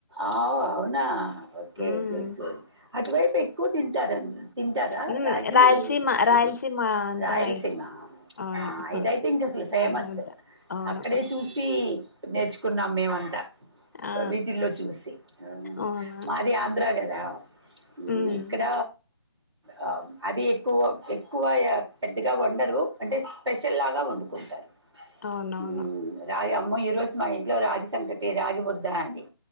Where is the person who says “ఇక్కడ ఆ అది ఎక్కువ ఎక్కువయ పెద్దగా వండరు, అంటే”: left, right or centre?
Right